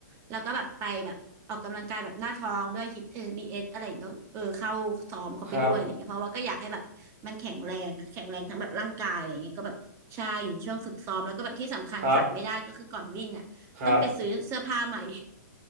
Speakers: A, on the right; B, on the right.
A: แล้วก็แบบไปแบบออกกำลังกายแบบหน้าท้องด้วยฮิปเอบีเอสอะไรอย่างเงี้ยก็เออเข้าซ้อมเขาไปด้วยอะไรอย่างเงี้ยเพราะว่าก็อยากให้แบบมันแข็งแรงอะแข็งแรงทั้งแบบร่างกายอะไรอย่างเงี้ยก็แบบใช่อยู่ในช่วงฝึกซ้อมแล้วก็แบบที่สำคัญขาดไม่ได้ก็คือก่อนวิ่งอ่ะต้องไปซื้อเสื้อผ้าใหม่
B: ครับครับครับ